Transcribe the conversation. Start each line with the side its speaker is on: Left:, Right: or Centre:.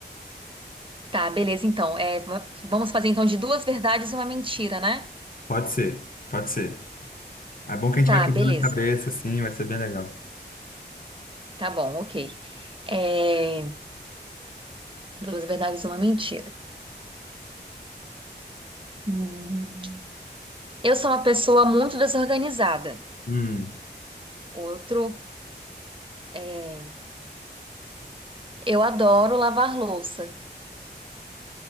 Right: tá, beleza, então. É, va- vamos fazer então de duas verdades e uma mentira, né?
Left: Pode ser, pode ser. É bom que a gente
Right: Tá,
Left: vai quebrando
Right: beleza.
Left: a cabeça, assim, vai ser bem legal.
Right: Tá bom, ok. É, duas verdades e uma mentira. Hum. Eu sou uma pessoa muito desorganizada.
Left: Hum.
Right: Outro, é, eu adoro lavar louça.